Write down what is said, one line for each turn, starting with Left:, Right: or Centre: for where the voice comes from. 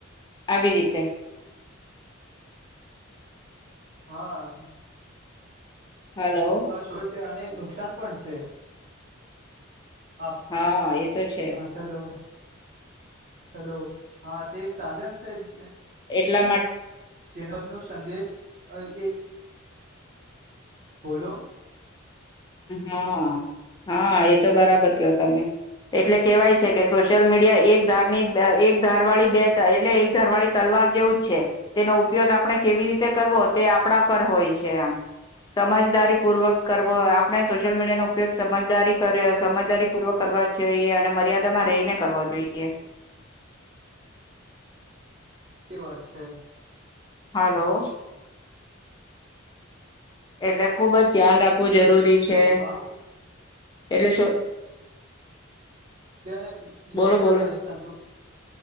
Left: આવી રીતે
Right: હા.
Left: હલો
Right: હા શું છે અને નુકસાન પણ છે. આપ
Left: હા એ તો છે
Right: હ હેલો હલો હા તે એક સાધન <unintelligible>
Left: એટલા મા
Right: જીવન નો સંદેશ એ બોલો
Left: હા હા એ તો બરાબર કયો તમે એટલે કેવાય છે કે સોશિયલ મીડિયા એક ધાર ની એક ધાર વાળી બે એટલે એક ધરવાળી તલવાર જેવું જ છે તેનો ઉપયોગ આપણે કેવી રીતે કરવો તે આપણા પર હોય છે સમજદારી પૂર્વક કરવો આપણે સોશિયલ મીડિયાનો ઉપયોગ સમજદારી સમજદારી પૂર્વક કરવા જોઈએ અને મર્યાદામાં રહીને કરવા જોઈએ.
Right: એ વાત છે.
Left: હલો એટલે ખુબ જ ધ્યાન રાખ વું જરૂરી
Right: હેલો
Left: છે.
Right: હા
Left: એટલે શું
Right: સૂર્યને
Left: બોલો
Right: યોગ્ય
Left: બોલો
Right: અને સંતુ